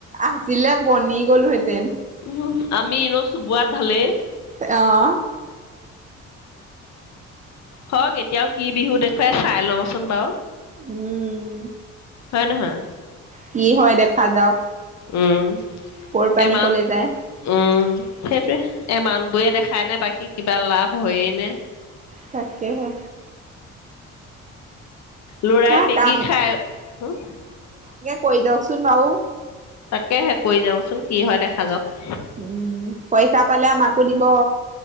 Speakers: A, on the right; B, on the left.
A: আজিলে বনি গ'লোহেতেন।
B: উম, আমি এনো চুবোৱাত ভালেই।
A: অ'।
B: হওঁক এতিয়াও কি বিহু দেখুৱায়, চাই লওঁচোন বাৰু।
A: উম।
B: হয় নহয়?
A: কি হয় দেখা যাওক
B: উম ।
A: কৰ পানী
B: এমান-
A: কলে যায়
B: উম সেইটোৱে। এ মানুহবোৰে দেখায় নে বাকী কিবা লাভ হয়ে নে?
A: তাকেহে।
B: ল'ৰাই
A: হা
B: মেগী
A: কাম
B: খায়, হ-?
A: কৈ দিয়কচোন আৰু।
B: তাকেহে কৰি যাওঁচোন । কি হয় দেখা যাওঁক।
A: উম, পইচা পালে আমাকো দিব।